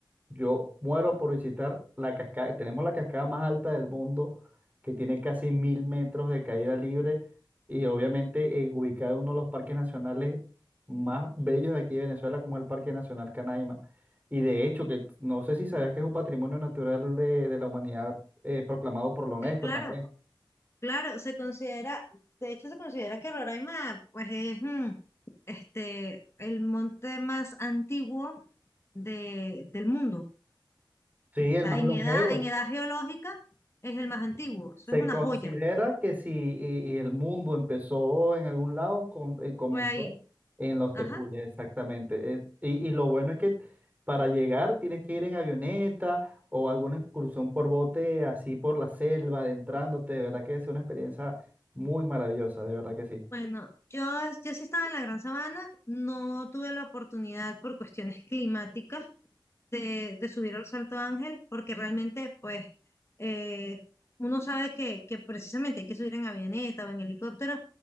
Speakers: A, on the right; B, on the left.
A: Yo muero por visitar la cascada. Tenemos la cascada más alta del mundo, que tiene casi mil metros de caída libre y obviamente eh, ubicada en uno de los parques nacionales más bellos de aquí de Venezuela, como es el Parque Nacional Canaima. Y de hecho, que no sé si sabías que es un patrimonio natural de, de la humanidad eh, proclamado por la UNESCO
B: sí, claro,
A: también.
B: claro, se considera, de hecho se considera que Roraima pues es mm, este, el monte más antiguo de, del mundo.
A: Sí,
B: O
A: el
B: sea,
A: más
B: en
A: longevo.
B: edad, en edad geológica es el más antiguo. Eso
A: Se
B: es una
A: considera
B: joya.
A: que si y- y el mundo empezó en algún lado, con- eh, comenzó
B: Fue ahí.
A: en los
B: Ajá.
A: tepuyes, exactamente. Eh, y, y lo bueno es que para llegar tienes que ir en avioneta o alguna excursión por bote, así por la selva, adentrándote. De verdad que es una experiencia muy maravillosa, de verdad que sí.
B: Bueno, yo, yo sí estaba en la Gran Sabana, no tuve la oportunidad por cuestiones <laughs> climáticas, de, de subir al Salto Ángel, porque realmente, pues, eh, uno sabe que, que precisamente hay que subir en avioneta o en helicóptero,